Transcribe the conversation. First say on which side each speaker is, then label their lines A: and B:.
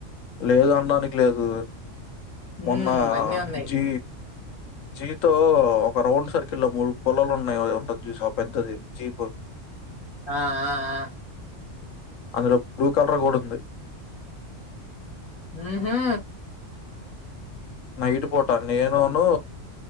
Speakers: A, on the left (about 80°); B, on the left (about 20°).
A: లేదు అనడానికి లేదు
B: హ్మ్.
A: మొన్న
B: అన్నీ ఉన్నాయి.
A: జీ జీతో ఒక రౌండ్ సర్కిల్ లో మూడు పుల్లలు ఉన్నాయి ఉంటది చుశావా పెద్దది జీపు
B: ఆ ఆ ఆ
A: అందులో బ్లూ కలర్ కూడా ఉంది
B: ఉహూ
A: నైట్ పూట నేనును